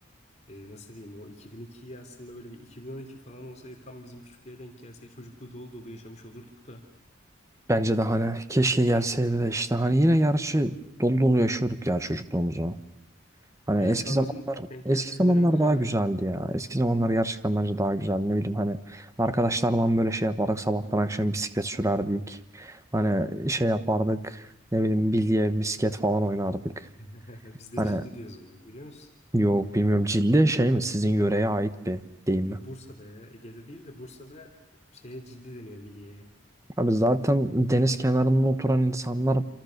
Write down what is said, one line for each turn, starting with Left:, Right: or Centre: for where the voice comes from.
Left: e, nasıl diyeyim o 2002'yi aslında böyle bir 2012 falan olsa e, tam bizim küçüklüğe denk gelse çocukluğu dolu dolu yaşamış olurduk da.
Right: Bence de hani keşke gelseydi de işte hani yine gerçi dolu dolu yaşıyorduk ya çocukluğumuzu. Hani
Left: Evet
Right: eski
Left: tam
Right: zamanlar
Left: bizim denk
Right: eski
Left: geldiğimiz
Right: zamanlar
Left: dönem güzeldi.
Right: daha güzeldi ya. Eski zamanlar gerçekten bence daha güzeldi. Ne bileyim hani arkadaşlarla böyle şey yapardık. Sabahtan akşam bisiklet sürerdik. Hani şey yapardık. Ne bileyim bilye, misket falan oynardık.
Left: <laughs> Biz de
Right: Hani
Left: cilli diyoruz ona biliyor musun?
Right: yok bilmiyorum cilde şey mi sizin yöreye ait bir deyim
Left: Bu-
Right: mi?
Left: Bursa'da ya Ege'de değil de Bursa'da şeye cilli deniyor bilye'ye.
Right: Abi zaten deniz kenarında oturan insanlar